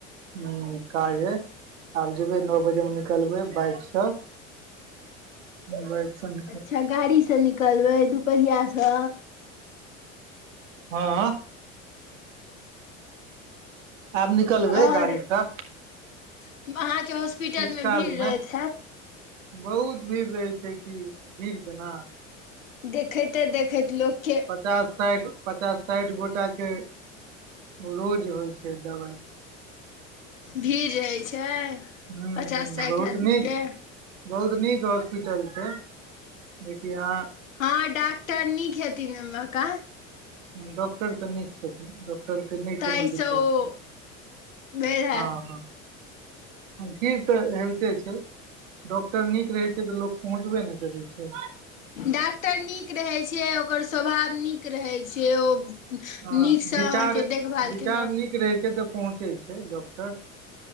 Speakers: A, on the right (about 70°); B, on the left (about 80°).
A: हु काज आब जेबै नओ बजे मे निकलबै बाइक से <inaudible>
B: अच्छ गाड़ीसँ निकलबै दुपहियासँ
A: हँ आब निकलबे
B: आओर
A: गाड़ी स
B: <inaudible>
A: किछु काल
B: भीड़ रहैत
A: मे <unintelligible>
B: हैत
A: बहुत भीड़ रहै छै कि भीड़ जेना
B: देखैते दखैत लोकके
A: पचास साईठ पचास साईठ गोटाके रोज होइ छै दबाइ
B: भीड़ रहे छै
A: हु
B: पचास
A: हु
B: साठि
A: बहुत
B: आदमी
A: नीक
B: के
A: बहुत नीक हॉस्पिटल छै जेकि आहाँ
B: हँ डॉक्टर नीक हेथिन ओइमहका
A: डॉक्टर तऽ नीक छथिन डॉक्टर तइ क न
B: ताहिसँ
A: कोनो दिक्कत
B: ओ
A: छै <unintelligible>
B: भेल हैत
A: हँ ह की तऽ छोइते छै डॉक्टर नीक रहै छै तऽ लोक पहुँचबे न करै छै
B: डाक्टर नीक रहे छै ओकर स्वभाव नीक रहे छै ओ
A: हँ
B: नीकसँ
A: विचार
B: अहाँके देखभाल
A: विचार
B: केलक
A: नीक रहै छै तऽ पहुँचै छै डॉक्टर